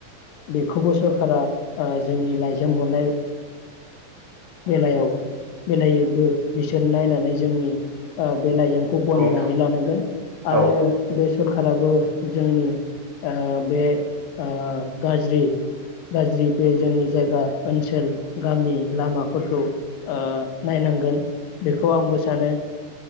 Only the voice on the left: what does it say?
बेखौबो सरखारा ओ जोंनि लाइजाम हरनाय ओ बेलायाव बेलायैबो बिसोर नायनानै जोंनि ओ बे लाइजामनि गनायनानै
लानांगोन आरो
बे सरखाराबो जोंनि ओ बे ओ गाज्रि गाज्रि बे जोंनि जायगा ओनसोल गामि लामाफोरखौ ओ नायनांगोन बेखौ आंबो सानो